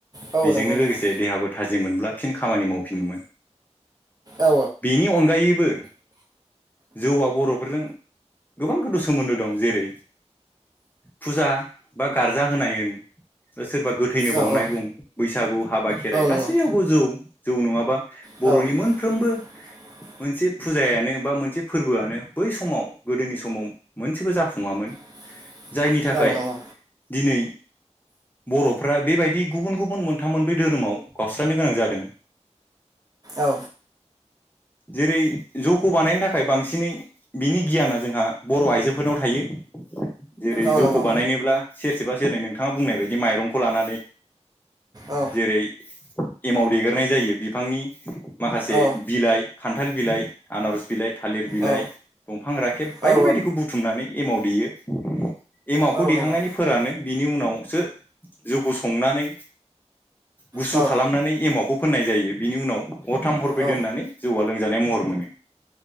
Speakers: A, on the right; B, on the left.
A: औ
B: बेजोंनो
A: नंगौ नंगौ
B: लोगोसे देहाबो। थाजि मोनब्ला फिन खामानि मावफिनोमोन
A: औ
B: बेनि अनगायैबो जौआ बर'फोरजों। गोबां गोदो सोमोन्दो दं जेरै फुजा बा। गारजा होनाय होन सोरबा गोथैनो
A: औ
B: बावनाय
A: औ
B: बुं बैसागु हाबा खेराइ
A: औ नंगौ
B: गासैयावबो जौ- जौ नङाबा
A: औ
B: बर'नि मोनफ्रोमबो
A: <unintelligible> <inaudible>
B: मोनसे फुजायानो बा मोनसे फोरबोआनो बै समाव गोदोनि समाव मोनसेबो जाफुङामोन।
A: <unintelligible> <inaudible>
B: जायनि थाखाय
A: औ नंगौ
B: दिनै बर' फ्रा- बेबायदि गुबुन गुबुन मोनथाम मोनब्रै धोरोमाव गावस्रानो गोनां जादों।
A: औ
B: जेरै- जौखौ बानायनो थाखाय बांसिनै बिनि गियाना जोंहा बर' आइजोफोरनाव थायो। जेरै-
A: औ
B: जौखौ
A: नंगौ
B: बानायनोब्ला सेरसेबा दिनै नोंथाङा बुंनाय बायदि माइरंखौ लानानै
A: औ
B: जेरै- एमाव देगेरनाय जायो बिफांनि माखासे
A: औ
B: बिलाइ खान्थाल बिलाइ आनारस बिलाइ थालिर बिलाइ
A: औ
B: दंफां राखेब
A: औ
B: बायदि बायदिखौ बुथुमनानै एमाव देयो एमावखौ
A: औ नंगौ औ
B: देखांनानै
A: नंगौ
B: फोरानो बिनि उनावसो जौखौ संनानै गुसु
A: औ
B: खालामनानै एमावखौ फोननाय जायो। बिनि उनाव हरथाम हरबै
A: औ
B: दोननानै जौआ लोंजानाय महर मोनो।